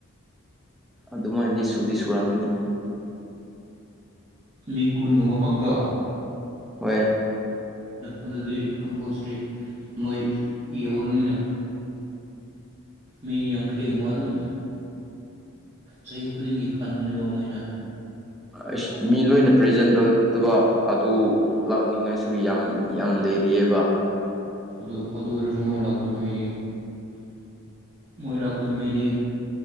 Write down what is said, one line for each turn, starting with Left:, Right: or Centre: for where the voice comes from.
Centre: ꯑꯗꯨꯃꯥꯏꯅꯗꯤ ꯁꯨꯗꯤ ꯁꯨꯔꯝꯒꯅꯤ
Right: ꯃꯤ ꯀꯨꯟꯒꯨꯝꯕ ꯈꯛꯇ
Centre: ꯍꯣꯏ
Right: ꯑꯗꯨꯗꯤ ꯀꯝꯄꯜꯁꯔꯤ ꯃꯣꯏ ꯌꯧꯔꯅꯤꯅ ꯃꯤ ꯌꯥꯡꯈꯩꯒꯨꯝꯕ ꯑꯗꯨꯝ ꯆꯍꯤ ꯈꯨꯗꯤꯡꯒꯤ ꯈꯟꯕꯅꯦꯕ ꯃꯣꯏꯁꯦ
Centre: ꯑꯁ ꯃꯤ ꯂꯣꯏꯅ ꯄ꯭ꯔꯖꯦꯟ ꯑꯣꯏꯗꯕ ꯑꯗꯨ ꯂꯥꯛꯅꯤꯡꯉꯥꯏꯁꯨ ꯌꯥꯝ ꯌꯥꯝ ꯂꯩꯔꯤꯌꯦꯕ
Right: ꯑꯗꯨ ꯑꯗꯨ ꯑꯣꯏꯔꯁꯨ ꯃꯣꯏ ꯂꯥꯛꯇꯕ ꯃꯤꯗꯤ ꯃꯣꯏ ꯂꯥꯛꯇꯕꯉꯩꯗꯤ